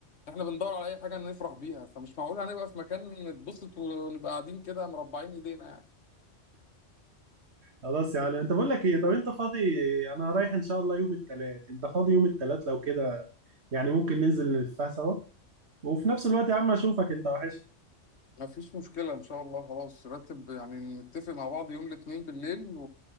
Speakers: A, on the left (about 60°); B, on the right (about 60°).
A: احنا بندور على اي حاجة نفرح بيها فمش معقول هنبقى في مكان نتبسط ونبقى قاعدين كده مربعين ايدينا يعني
B: خلاص يعني انت بقول لك ايه طب انت فاضي انا رايح ان شاء الله يوم الثلاث انت فاضي يوم الثلاث لو كده يعني ممكن ننزل نلفها سوا وفي نفس الوقت يا عم اشوفك انت وحشت
A: مفيش مشكلة إن شاء الله خلاص رتب يعني نتفق مع بعض يوم الاثنين بالليل و...